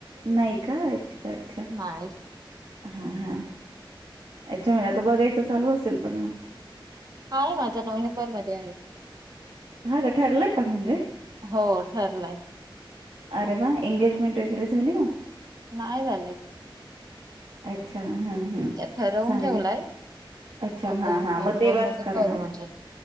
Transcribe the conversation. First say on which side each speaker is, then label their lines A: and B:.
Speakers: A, on the right; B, on the right.
A: नाही का अच्छा अच्छा
B: नाही
A: हा हा याच्यामुळे आता बघायचं चालू असेल पण मग
B: आहे माझं नोव्हेंबर मध्ये आहे
A: हा का ठरलंय का म्हणजे
B: हो ठरलाय
A: अरे वा एंगेजमेंट वगैरे झाली म
B: नाही झाले
A: अच्छा हम्म हम्म
B: ठरवून
A: सांगा
B: ठेवलाय
A: अच्छा
B: आता
A: हा
B: नोव्हेंबर
A: हा मग ते्हाच
B: मध्ये
A: करणार
B: करू म्हणजे